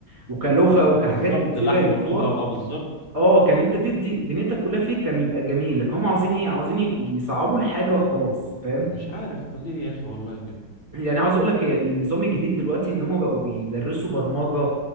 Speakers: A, on the right; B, on the left.
A: وكلغه وكحاجات
B: بالظبط
A: كتيره
B: نحو
A: يضيفوها
B: ولغة و- اه بالظبط
A: اه كان انت تدي دنيتك كلها فيه كان يبقى جميل لكن هما عاوزين ايه عاوزين ي- يصعبوا الحاجه وخلاص فاهم
B: مش عارف ليه يا أخي والله كده
A: يعني عاوز اقول لك إيه، النظام الجديد دلوقتي ان هم بقوا بيدرسوا برمجة